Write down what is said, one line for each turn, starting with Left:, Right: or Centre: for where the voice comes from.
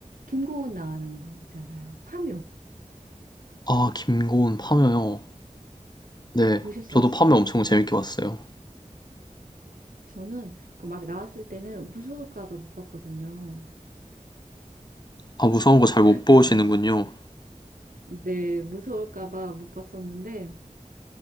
Right: 김고은 나오는 거 있잖아요. 파묘.
Left: 아, 김고은 파묘요. 네,
Right: 아까 보셨어요?
Left: 저도 파묘 엄청 재밌게 봤어요.
Right: 저는 그막 나왔을 때는 무서울까 봐 못 봤거든요.
Left: 아, 무서운 거 잘
Right: <laughs>
Left: 못 보시는군요.
Right: 약간 네, 무서울까 봐 못 봤었는데